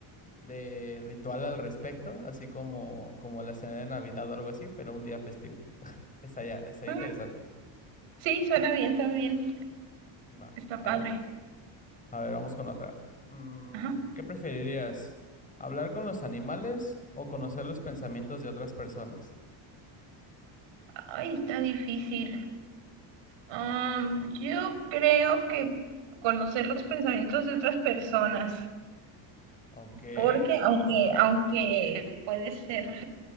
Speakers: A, on the left; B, on the right.
A: de ritual al respecto, así como, como la cena de Navidad o algo así, pero un día festivo. Estaría, estaría
B: Mm,
A: interesante.
B: Sí, suena bien también.
A: Va,
B: Está
A: a
B: padre.
A: ver. A ver, vamos con otra. Mm,
B: Ajá.
A: ¿qué preferirías? ¿Hablar con los animales o conocer los pensamientos de otras personas?
B: Ay, está difícil. Am, yo creo que conocer los pensamientos de otras personas,
A: Ok,
B: porque aunque,
A: ajá.
B: aunque puede ser